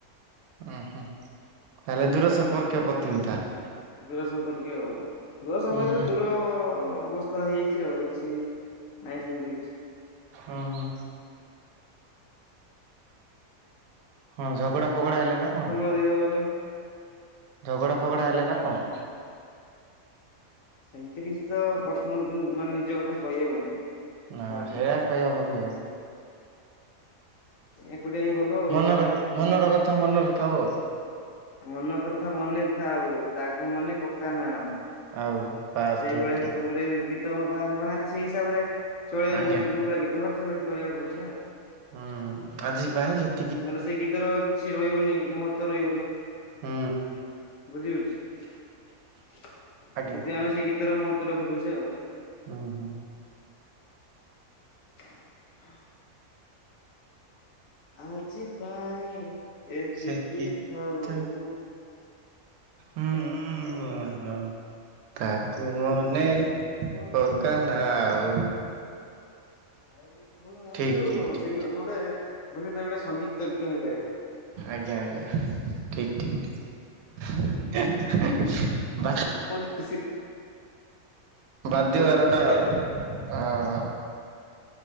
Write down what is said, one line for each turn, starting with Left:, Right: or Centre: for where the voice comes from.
Right: ଓ ହୁଁ ତାହେଲେ ଦୂର ସମ୍ପର୍କୀୟ ପତ୍ନୀ ତାହେଲେ।
Left: ଦୂର ସମ୍ପର୍କୀୟ ଆଉ ଦୂର ସମ୍ପର୍କୀୟ
Right: ଉଁ ହୁଁ
Left: ଦୂର ଅବସ୍ଥା ହେଇଯାଇଚି ଆଉ ବେସି ନାହିଁ ସେମିତି କିଛି।
Right: ଉଁ ହୁଁ। ହଁ ଝଗଡା ଫଗଡା ହେଲାନା କଣ।
Left: <unintelligible> ହବନି।
Right: ଝଗଡା ଫଗଡା ହେଲାନା କଣ।
Left: ସେମତି କିଛି ତ ପର୍ସନା ମାନେ ନିଜ କଥା କହିହେବନି।
Right: ନା
Left: କାହାକୁ
Right: ହେରା କହିହବ କି ଆଉ।
Left: ଏକୁଟିଆ ହିଁ ଭଲ। ଆଉ
Right: ମନର
Left: ଜାଣିବା କଥା ଆଉ।
Right: ମନର କଥା ମନରେ ଥାଉ ଆଉ।
Left: ମନ କଥା ମନେ ଥାଉ ତାକୁ ମନେ ପକାନା ଆଉ।
Right: ଆଉ ବାସ୍
Left: ସେଇଭଳିଆ
Right: ଠିକ୍ ଠିକ୍
Left: ଗଟେ ଗୀତ। ବାହାରି ସେଇ ହିସାବରେ ଚଳିବାକୁ
Right: ଆଜ୍ଞା
Left: ପଡୁଚି ଯୋଉ ଭଳିଆ ଗୀତ ବାହାରିଚି ସେଇ ଭଳିଆ ଚଳେଇବାକୁ ପଡୁଚି ନା।
Right: ହୁଁ ଆଜି ପାଇଁ ସେତ
Left: ନହେଲେ ସେଇ ଗୀତ ର କିଛି ରହିବନି ମହତ୍ବ ରହିବନି।
Right: ହୁଁ।
Left: ବୁଝିହଉଚି ସେଥିପାଇଁ
Right: ଆଜ୍ଞା
Left: ଆମେ ସେଇ ଗୀତର ମହତ୍ବ ରଖି ଦଉଚୁ ଆଉ।
Right: ହୁଁ ହୁଁ।
Left: ତ <inaudible> ଆଜି ପାଇଁ ଏତିକି
Right: ସେତି
Left: ଥାଉଉ।
Right: ଥାଉ ହୁଁ ମନ। ତାକୁ ମନେ
Left: ପକାନା।
Right: ପକା ନା ଆଉ।
Left: ଭାଇ ଭଲ ଗାଉଚୁ
Right: ଠିକ୍
Left: ଆଉ
Right: ଠିକ୍ ଠିକ୍
Left: କଣ ଗୋଟେ ସଙ୍ଗୀତଜ୍ଞ ହେଇପାରିବ।
Right: ଆଜ୍ଞା ଆଜ୍ଞା ଠିକ୍ ଠିକ୍। <unintelligible>
Left: ବହୁତ ଖୁସି
Right: ବାଧ୍ୟ
Left: ବହୁତ
Right: ବାରଟା।
Left: ଖୁସି ଲାଗୁଛି
Right: ଅ ହୋ